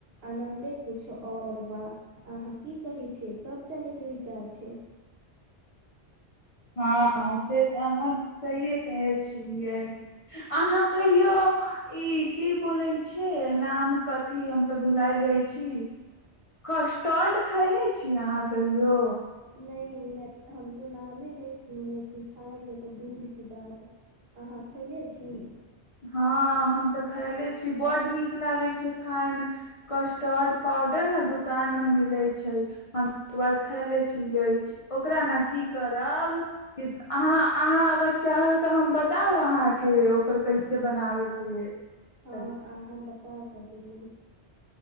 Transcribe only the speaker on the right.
आनन्दे कुछो आओर बा अहाँ की कहै छै कब चलैके विचार छै
नहिमे हम तऽ नामे नहि सुनले छी खायके तऽ दूर की बात अहाँ खैले छी
हां आहां बता सकली